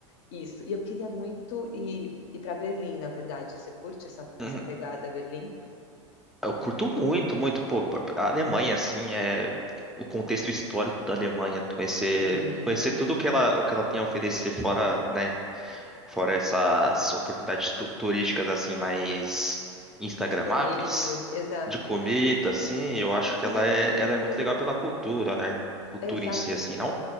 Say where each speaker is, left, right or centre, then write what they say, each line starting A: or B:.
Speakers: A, on the left; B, in the centre.
A: isso. E eu queria muito ir, ir para Berlim, na verdade, você curte essa, essa
B: uhum.
A: pegada Berlim?
B: Eu curto muito, muito. Pô, a Alemanha, assim, é o contexto histórico da Alemanha, conhecer,
A: Uhum.
B: conhecer tudo o que ela, o que ela tem a oferecer fora, né? Fora essas oportunidades tu- turísticas, assim, mais instagramáveis
A: De comida, be- exato.
B: de comida, assim,
A: É,
B: eu acho
A: Eu
B: que
A: queria
B: ela é,
A: muito.
B: ela é muito legal pela cultura, né? Cultura
A: Exato.
B: em si, assim, não?